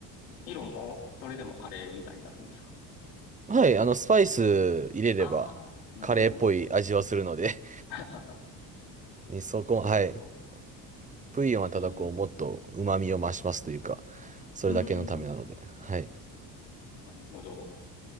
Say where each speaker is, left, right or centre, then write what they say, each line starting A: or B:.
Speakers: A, on the left; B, on the right.
A: 色も、それでもカレーみたいになるんですか
B: はい、あの、スパイス入れれば、
A: ああー、なるほど、
B: カレーっぽい味はするので
A: なるほど。<laughs>
B: <laughs> そこは、
A: なるほど。
B: い。ブイヨンはただこう、
A: ええ、
B: もっと旨味を増しますというか、それだけのためなので。
A: うーん、
B: はい。
A: なるほど。